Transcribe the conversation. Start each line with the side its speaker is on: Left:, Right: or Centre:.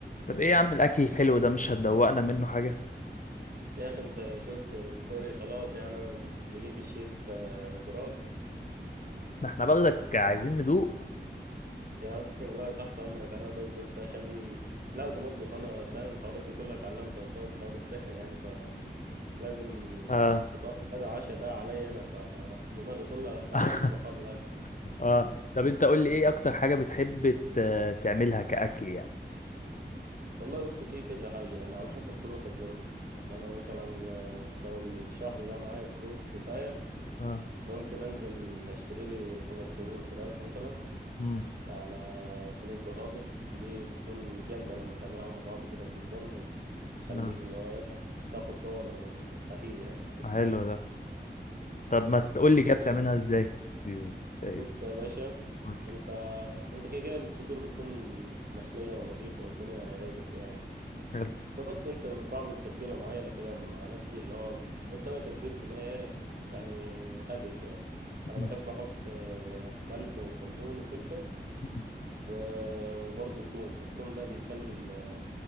Left: طب ايه يا عم الاكل الحلو ده مش هتدوقنا منه حاجه
Right: يا اخي انت شفت ستوري خلاص يعني انا بقيت الشيف آه، براك
Left: ده احنا باخدك عايزين ندوق
Right: يا عم <laughs> والله تحت امرك انا طب بس عشان لازم اطبخ انا فاهم الحوارات دي كلها اتعلمتها بسبب حوار السكن يعني فلازم
Left: اه
Right: فطار غدا عشاء ده عليا انا فدماغي كلها حاليا
Left: <laughs>
Right: في حوار الاكل
Left: اه طب انت قول لي ايه اكتر حاجه بتحب ت- تعملها كاكل يعني
Right: والله بص في كذا حاجه يعني على حسب فلوسك برضه يعني انا مثلا آه، لو الشهر ده معايا فلوس كفايه
Left: اه
Right: ممكن انزل اشتري لي طبق صدور فراخ مثلا
Left: امم
Right: على صينية بطاطس دي بتكون جامدة لما تعملها مع بعض كده في الفرن بتخليك
Left: اه
Right: اللي هو إيه، تاخد باور رهيب يعني
Left: حلو ده طب ما تقول
Right: بص
Left: لي كده بتعملها ازاي يس. إيه،
Right: بص يا باشا
Left: قول لي
Right: انت انت كده كده الصدور بتكون مخلية ونظيفة والدنيا رايقة فيها يعني
Left: حلو.
Right: فبس انت بعمل تتبيلة معينة كده مع نفسي اللي هو بس انا تتبيلتي اللي هي إيه، يعني هادية شوية انا
Left: مم.
Right: بحب احط آه، ملح وكمون وفلفل
Left: مم.
Right: و- وبرضه ثوم الثوم ده بيخلي ال-